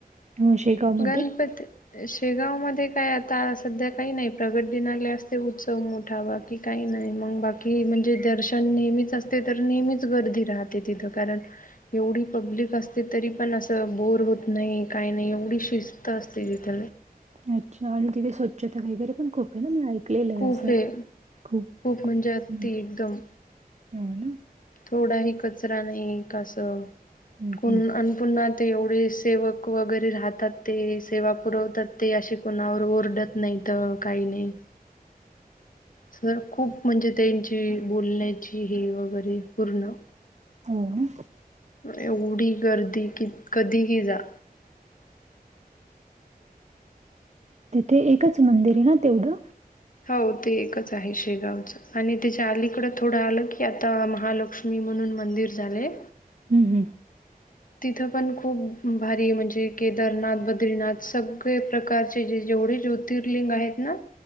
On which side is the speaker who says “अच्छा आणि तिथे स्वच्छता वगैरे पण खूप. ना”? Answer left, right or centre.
Right